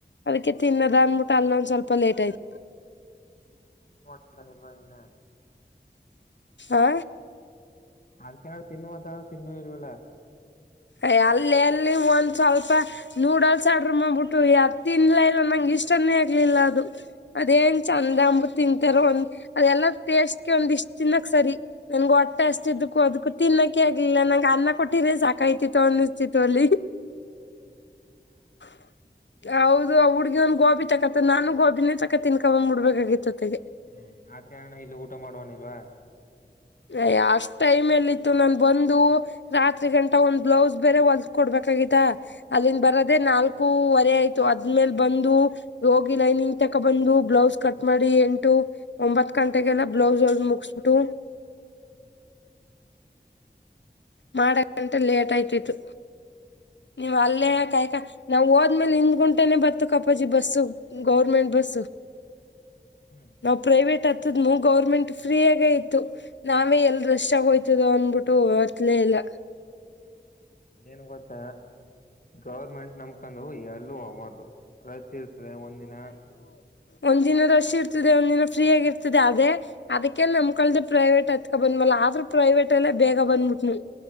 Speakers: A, on the left; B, on the left.
A: ಅದಕ್ಕೆ
B: ಹ್ಮ್
A: ತಿನ್ನದ ಅಂದಬಿಟ್ಟ ಅಲ್ಲೊಂದ ಸ್ವಲ್ಪ ಲೇಟ್ ಆಯ್ತ.
B: <unintelligible> ಇನ್ನ
A: ಆ
B: ಅದಕ್ಕೆ ಏನಾರ ತಿನ್ನು ಅತರ ತಿನ್ನಲು ಇಲ್ವಲ್ಲ.
A: ಎ ಅಲ್ಲ ಎಲ್ಲಿ ಒಂದ ಸ್ವಲ್ಪ ನೂಡಲ್ಸ್ ಅಡ್ರ ಮಾಡ್ಬಿಟ್ಟು ಅದ್ ತಿನ್ಲೆ ಇಲ್ಲ ನಂಗ ಇಷ್ಟನ್ನೇ ಆಗ್ಲಿಲ್ಲ ಅದು ಅದೇನ್ ಚಂದ ಅಂಬುತ್ ತಿಂತಾರ ಒಂದ ಅದೆಲ್ಲ ಟೇಸ್ಟ್ಗೆ ಒಂದ್ ಇಷ್ಟ ತಿನ್ನಕ ಸರಿ. ನನ್ಗ ಒಟ್ಟೆ ಹಸದಿದಕ್ಕು ಅದಕ್ಕೂ ತಿನ್ನಕೆ ಆಗ್ಲಿಲ್ಲ ನಂಗೆ ಅನ್ನ ಕೊಟ್ಟ್ರೆ ಸಾಕಾಯ್ತಿತ್ತು. ತೊಂದ ಚಿತು ಅಲ್ಲಿ
B: ಹ್ಮ.
A: <inaudible> ಹೌದು ಆ ಹುಡ್ಗಿ ಒಂದ ಗೋಬಿ ಚಕತ್ತ ನಾನು ಗೋಬಿನ ಚಕತ್ ತಿನ್ಕ ಮುಡ್ಬೇಕಾಗಿತ್ತುತ್ತಗ
B: ಹ್ಮ ಅಕಾನ ಇಲ್ಲಿ ಊಟ ಮಾಡುವನಿಲ್ವಾ.
A: ಅ ಅಷ್ಟ ಟೈಮ್ ಎಲ್ಲ ಇತ್ತು ನಾನ್ ಬಂದು ರಾತ್ರಿ ಗಂಟ ಒಂದ್ ಬ್ಲೌಸ್ ಬೇರೆ ಹೊಲ್ದ ಕೊಡ್ಬೇಕ. ತಗಿತಾ ಅಲ್ಲಿಂದ ಬರೋದೇ ನಾಲ್ಕ ಕು ವರೆ ಆಯ್ತು ಅದ್ಮೇಲೆ ಬಂದು ಹೋಗಿ ಲೈನಿಂಗ್ ತಕ ಬಂದು ಬ್ಲೌಸ್ ಕಟ್ ಮಾಡಿ ಎಂಟು ಒಂಬತ್ ಗಂಟೆಗೆಲ್ಲ ಬ್ಲೌಸ್ ಒಲ್ ಮುಗಸ್ಬಟ್ಟು.
B: ಹ್ಮ.
A: ಮಾಡಂಟ ಲೇಟ್ ಆಯ್ತಿತ್ತು
B: ಹ್ಮ್
A: ನೀವ್ ಅಲ್ಲೇಯಕ
B: ಈಗ
A: ನಾ ಹೋ ಆದ್ಮೇಲೆನಿಂದ ಗುಂಟನೆ ಬತ್ತು ಕಪ್ಪಾಜಿ ಬಸ್ಸು ಗೌರ್ಮೆಂಟ್ ಬಸ್ಸ
B: ಹ್ಮ್
A: ನಾವ ಪ್ರೈವೇಟ್ ಹ ದ ಗೌರ್ಮೆಂಟ್ ಫ್ರೀಯಾಗೇ ಇತ್ತು ನಾವೇ ಎಲ್ ರಶ್ ಆಗೋಯ್ತದೋ ಅಂದಬಿಟ್ಟು ಲೇ ಇಲ್ಲಾ.
B: ಏನ್ ಗೊತ್ತ ಗೌರ್ಮೆಂಟ್ ನಮಕೊಂಡು ಎಲ್ಲೂ ಹೋಬಾರ್ದು. ರಶ್ಯ ಇರ್ತದೆ ಒಂದಿನ.
A: ಒಂದ್ ದಿನ ರಶ್ ಇರ್ತದೆ ಒಂದ್ ದಿನ ಫ್ರೀ ಆಗಿ ಇರ್ತದೆ ಅದೇ ಅದಕ್ಕೆ ನಮ್ ಕಲ್ದೆ ಪ್ರೈವೇಟ್ ಅತ್ಕ ಬಂದ್ಮಲ್ಲ. ಆದ್ರೂ ಪ್ರೈವೇಟ್ ಅಲ್ಲೇ ಬೇಗ ಬಂದ್ಬಿಟ್ನ.